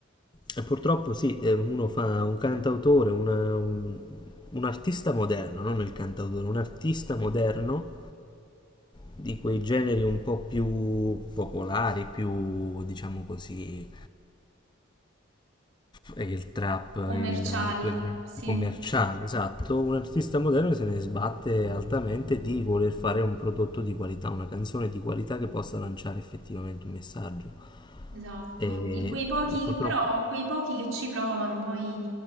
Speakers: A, on the left (about 20°); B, on the right (about 80°).
A: e purtroppo sì, eh, uno fa un cantautore, una- un, un artista moderno, non il cantautore, un artista moderno di quei generi un po' più popolari, più diciamo così, e il trap,
B: commerciali,
A: il, quel
B: sì,
A: commerciale, esatto, un artista moderno se ne sbatte altamente di voler fare un prodotto di qualità, una canzone di qualità che possa lanciare effettivamente un messaggio.
B: esatto.
A: E
B: E quei pochi,
A: purtroppo,
B: però quei pochi che ci provano, poi